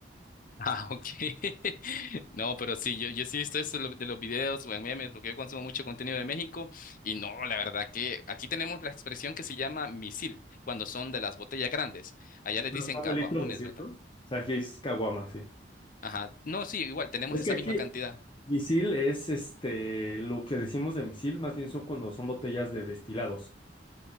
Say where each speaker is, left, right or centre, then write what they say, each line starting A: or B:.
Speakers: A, on the left; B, on the left.
A: Ah, ok. <laughs> No, pero sí, yo, yo sí he visto eso de lo- de los videos o en memes, porque yo consumo mucho contenido de México y no, la verdad que aquí tenemos la expresión que se llama misil, cuando son de las botellas grandes. Allá les
B: Pero
A: dicen
B: son
A: caguamones,
B: de litro 200.
A: ¿verdad?
B: O sea, aquí es caguama, sí.
A: Ajá. No, sí, igual, tenemos
B: Es
A: esa
B: que aquí
A: misma cantidad.
B: misil es este, lo que decimos de misil, más bien son cuando son botellas de destilados,